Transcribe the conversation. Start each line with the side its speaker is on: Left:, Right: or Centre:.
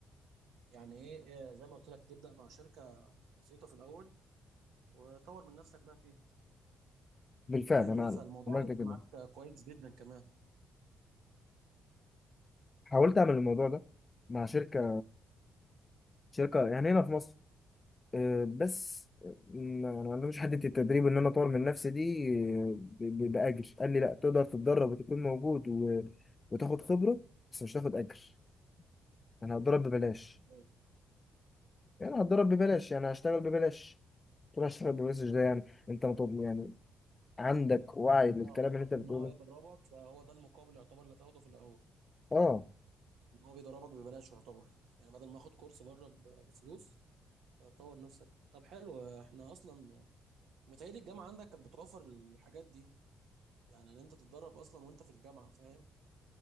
Right: يعني ايه إيه زي ما قلت لك تبدا مع شركه بسيطه في الاول وطور من نفسك بقى فيها
Left: بالفعل
Right: فاهمني
Left: انا
Right: فالموضوع
Left: عملت
Right: هيبقى
Left: كده
Right: معاك كويس جدا كمان
Left: حاولت اعمل الموضوع ده مع شركة شركة يعني هنا في مصر آه، بس ما ما عندهمش حته التدريب ان انا اطور من نفسي دي آه، ب- ب- باجر قال لي لا تقدر تتدرب وتكون موجود و... وتاخد خبره بس مش تاخد اجر انا هتدرب ببلاش
Right: اه
Left: يعني هتدرب ببلاش يعني هشتغل ببلاش تروح هشتغل ببلاش ده يعني انت مطلوب يعني عندك وعي للكلام
Right: اه هو قصده
Left: اللي انت بتقوله
Right: ان هو يدربك فهو ده المقابل يعتبر اللي هتاخده في الاول
Left: اه
Right: ان هو بيدربك ببلاش يعتبر يعني بدل ما اخد كورس بره ب- بفلوس فتطور نفسك طب حلو احنا اصلا متهيألي الجامعه عندك كانت بتوفر الحاجات دي يعني ان انت تتدرب اصلا وانت في الجامعه فاهم